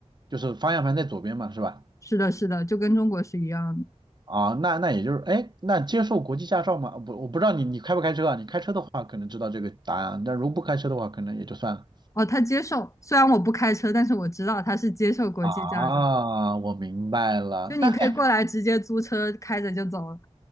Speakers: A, on the right; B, on the left.
A: 就是方向盘在左边嘛，是吧？
B: 是的，是的，就跟中国是一样的。
A: 啊，那那也就是，哎，那接受国际驾照吗？不，我不知道你你开不开车啊？你开车的话可能知道这个答案啊，但如果不开车的话，可能也就算了。
B: 哦，他接受，虽然我不开车，但是我知道他是接受国际驾照，
A: 啊，我明白了。
B: 就你可以过来直接租车开着就走了。
A: 那哎，